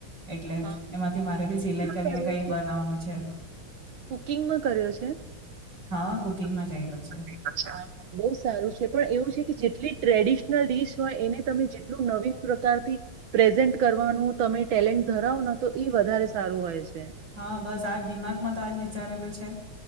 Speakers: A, on the right (about 55°); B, on the right (about 70°).
A: એટલે
B: હા હા
A: એમાંથી મારે ભી સિલેક્ટ કરીને
B: કુકિંગમાં કર્યો
A: કઈ
B: છે.
A: બનાવાનું છે
B: કુકિંગમાં કર્યો છે
A: હા કુકિંગમાં
B: <unintelligible>
A: કર્યો છે
B: બો સારું છે પણ એવું છે કે જે એટલે ટ્રેડિશનલ ડિશ હોય એને તમે જેટલું નવીન પ્રકારથી પ્રેઝન્ટ કરવાનું તમે ટેલેન્ટ ધરાવના તો ઈ વધારે સારું હોય છે
A: હા બસ આજ દિમાગમાં તો આજ વિચારેલું છે